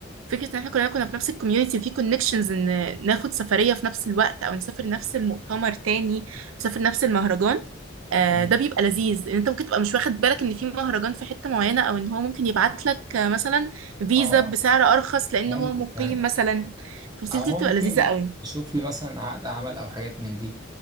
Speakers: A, on the right; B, on the right.
A: فكرة ان احنا كلنا كنا في نفس الكوميونتي في كونكشنز ان ناخد سفرية في نفس الوقت او نسافر نفس المؤتمر تاني نسافر نفس المهرجان آه،
B: تمام
A: ده بيبقى لذيذ ان انت ممكن تبقى مش واخد بالك ان في مهرجان في حتة معينة او ان هو ممكن يبعت لك آه، مثلا فيزا
B: اه اه
A: بسعر ارخص لان
B: فهمتك
A: هو مقيم
B: فهمت
A: مثلا التفاصيل
B: او
A: دي
B: هو
A: بتبقى
B: ممكن
A: لذيذة قوي
B: يشوف لي مثلا عقد عمل او حاجات من دي